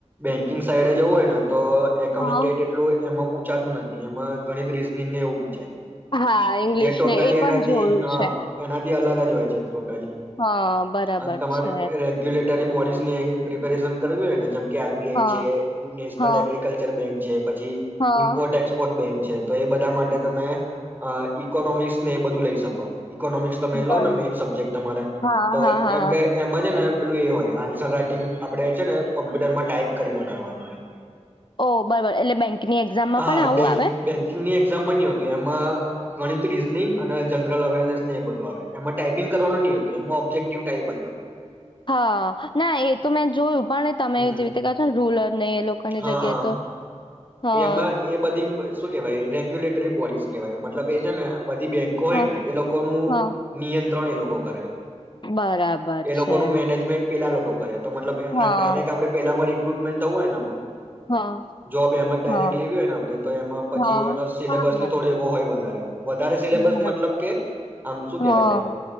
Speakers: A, on the right; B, on the left.
A: બેંકિંગ સાઈડે જવું હોયન તો એકાઉન્ટ
B: હા
A: સ્ટેટ એટલું એમાં પૂછાતું નથી. એમાં ગણિત રીઝનિંગ ને એવું પૂછાય.
B: હા ઇંગ્લિશ
A: જે ટોટલી
B: ને એ પણ
A: એનાથી
B: જોયું
A: હન
B: છે
A: એનાથી અલગ જોય છે. ટોટલી
B: હા બરાબર
A: અને તમારે
B: છે
A: રેગ્યુલેટ ટરી બોડિઝ ની પ્રિપરેશન કરવી હોય ને જેમ કે આરબીઆઈ
B: હા
A: છે, નેશનલ
B: હા
A: એગ્રીિકલ્ચર બેંક છે પ છી
B: હા
A: મ્પોર્ટ એક્સપોર્ટ બેંક છે. તો એ બધા માટે તમે અ ઇકોનોમિક્સ ને એ બધું લઈ શકો. ઈકોનોમિક્સ તમે
B: બરોબર
A: લો ને મેઈન સબ્જેક્ટ તમારે
B: હા
A: તો
B: હા હા
A: કેમ
B: હા.
A: કે એમાં છે ને પેલું એ હોય આ છ રાઈટિંગ આપણે છે ને કોમ્પ્યુટરમાં ટાઈપ કરીને કરવાની હોય.
B: ઓ બરોબર એટલે બેંકની એક્ઝામમાં
A: હા,
B: પણ આવું
A: બેન્કિંગ-બેંકિંગની
B: આવે
A: એક્ઝામ ની હોતું એમાં ગણિત રીઝનિંગ અને જનરલ અવેરનેસ ને એ બધું આવે એમાં ટાઈપિંગ કરવાનું ની હોતું એમાં ઓબ્જેક્ટિવ ટાઈપ જ હોય.
B: હા, ના એ તો મેં જોયું પણ તમે
A: હમ
B: જેવી રીતે કો છો ને રૂલર ને એ લોકોની
A: હા.
B: જગ્યાએ
A: હા.
B: તો હા
A: એમાં એ બધીમ શું કેહેવાય રેગ્યુલેટરી બોડીઝ કેહેવાય મતલબ એ છે ને બધી બેંકો હોયને
B: હા
A: એ લોકોનું
B: હા
A: નિયંત્રણ એ લોકો કરે
B: બરાબર
A: એ લોકોનું
B: છે
A: મેનેજમેન્ટ પેલા લોકો કરે. તો મતલબ એમને
B: હા
A: ડાયરેક્ટ આપણે પેલા મળી <unintelligible> થવુ હોયન
B: હા
A: જોબ એમ જ ડાયરેક્ટ
B: હા
A: લેવી હોયને આપડે તો એમાં પછી
B: હા
A: એનો સિલેબસને
B: હા
A: થોડો એવો હોય વધારે. વધારે સિલેબસ
B: બરાબર
A: મતલબ કે આમ શું
B: હા
A: કેવાય